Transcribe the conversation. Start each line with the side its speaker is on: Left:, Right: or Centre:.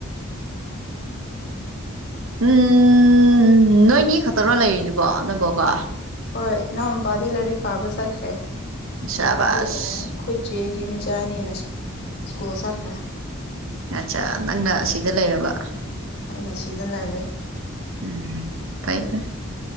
Right: ꯎꯝ ꯅꯣꯏꯅꯤ ꯈꯛꯇꯔ ꯂꯩꯔꯤꯕꯣ ꯅꯣꯏꯕꯥꯎꯀꯣ
Left: ꯍꯣꯏ ꯏꯅꯥꯎꯅꯨꯄꯥꯗꯤ ꯂꯥꯏꯔꯤꯛ ꯄꯥꯕ ꯆꯠꯈ꯭ꯔꯦ
Right: ꯁꯕꯥꯁ
Left: ꯑꯗꯨꯒ ꯑꯩꯈꯣꯏꯆꯦꯒꯤ ꯃꯆꯥꯅꯦꯅ ꯁ꯭ꯀꯨꯜ ꯁꯥꯈ꯭ꯔ
Right: ꯑꯆꯥ ꯅꯪꯅ ꯁꯤꯗ ꯂꯩꯔꯕ
Left: ꯑꯩꯅ ꯁꯤꯗ ꯂꯩꯔꯦ
Right: ꯎꯝ ꯐꯩ ꯐꯩ